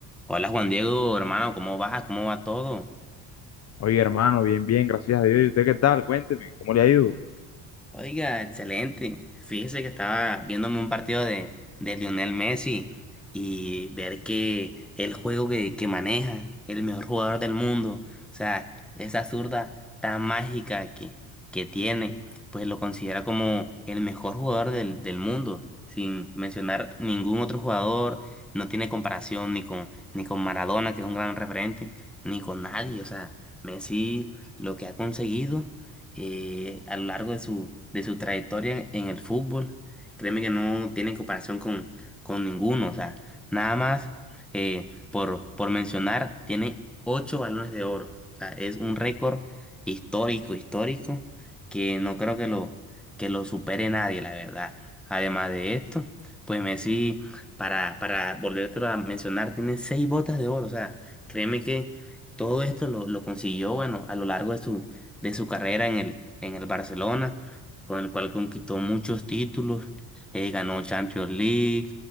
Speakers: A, in the centre; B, on the left (about 40°).
A: Hola Juan Diego, hermano, ¿cómo vas? ¿Cómo va todo?
B: Oye, hermano, bien, bien, gracias a Dios. ¿Y usted qué tal? Cuénteme, ¿cómo le ha ido?
A: Oiga, excelente. Fíjese que estaba viéndome un partido de, de Lionel Messi y ver que el juego que, que maneja, el mejor jugador del mundo, o sea, esa zurda tan mágica que, que tiene, pues lo considera como el mejor jugador del, del mundo, sin mencionar ningún otro jugador, no tiene comparación ni con, ni con Maradona, que es un gran referente, ni con nadie, o sea, Messi lo que ha conseguido eh, a lo largo de su, de su trayectoria en, en el fútbol. Créeme que no tiene comparación con, con ninguno. O sea, nada más eh, por, por mencionar, tiene ocho balones de oro. O sea, es un récord histórico, histórico, que no creo que lo, que lo supere nadie, la verdad. Además de esto, pues Messi, para, para volvértelo a mencionar, tiene seis botas de oro. O sea, créeme que todo esto lo, lo consiguió, bueno, a lo largo de su, de su carrera en el, en el Barcelona, con el cual conquistó muchos títulos, eh, ganó Champions League,